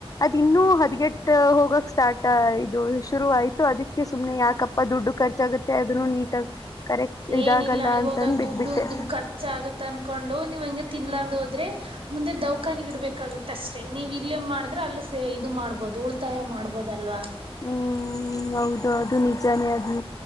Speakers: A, on the left; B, on the right.
A: ಅದ್ ಇನ್ನುೂ ಹದ್ಗೆಟ್ಟ ಹೋಗಕ್ ಸ್ಟಾರ್ಟ್ ಇದು ಶುರು ಆಯ್ತು ಅದಕ್ಕೆ ಸುಮ್ನೆ
B: ಹ
A: ಯಾಕಪ್ಪ ದುಡ್ಡು ಖರ್ಚಾಗುತ್ತೆ ಅದನ್ನು ನೀಟಾಗಿ ಕರೆಕ್ಟ್ ಇದಾಗಲ್ಲ
B: ಏನಿಲ್ಲ ಇವಾಗ
A: ಅಂತಂದ ಬಿಟ್ಬಿಟ್ಟೆ
B: ದುಡ್ಡು ದುಡ್ ಖರ್ಚ ಆಗತ್ತ ಅನ್ಕೊಂಡು ನೀವ್ ಹಂಗಗೆ ತಿನ್ಲಾರ್ದ ಹೋದ್ರೆ ಮುಂದೆ ದೌಖಾನಿ ಇಡ್ಬೇಕಾಗುತ್ತ ಅಷ್ಟೇ ನೀವು ಇಲ್ಲೇ ಮಾಡಿದ್ರೆ ಅಲ್ಲಿ ಸೇ ಇದು ಮಾಡ್ಬೋದು ಉಳಿತಾಯ ಮಾಡ್ಬೋದಲ್ವಾ
A: ಹ್ಮ್ ಹೌದು ಅದು ನಿಜಾನೇ ಆದ್್ಮ